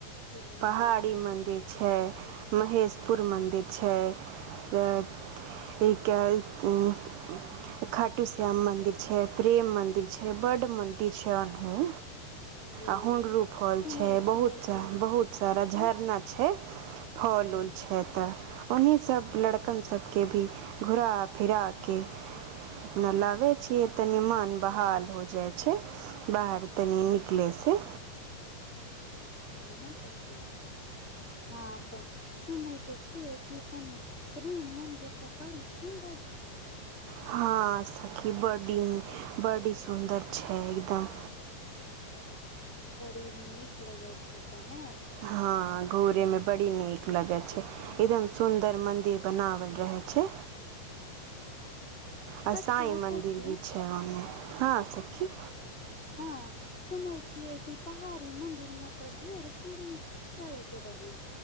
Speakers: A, on the left; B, on the right.
A: जी
B: पहाड़ी
A: हँ
B: मन्दिर छै महेशपुर मन्दिर छै <unintelligible> खाटू श्याम मन्दिर छै प्रेम मन्दिर छै बड्ड मन्दिर छै अनहू
A: जी
B: आ हुडरू फल
A: सुनै
B: छै
A: छियै
B: बहुत
A: कि
B: बहुत सारा
A: तऽ
B: झरना छै फल
A: जेना
B: उल छै तऽ ओन्हहि सब लड़कन सबके भी घुरा फिरा के अपना लाबे छियै तनी मन बहाल हो जाय छै छै बाहर तनी निकलै से
A: जेना सखी हँ तऽ सुने के छिये कि तनी प्रेम मदिर तऽ बड़ी सुन्दर छै
B: हँ सखी बडी बडी सुन्दर छै एकदम
A: बड़ी नीक लगै छै तने
B: हँ घोड़े मे बड़ी नीक न लगे छै एकदम सुन्दर मंदिर बनावल रहे छै आ
A: अच्छा
B: साईं मन्दिर
A: सखी
B: भी छै ओ हँ सखी
A: हँ सुन छियै कि पहाड़ी मंदिर में तो ढेर सीढ़ी चलिके रहि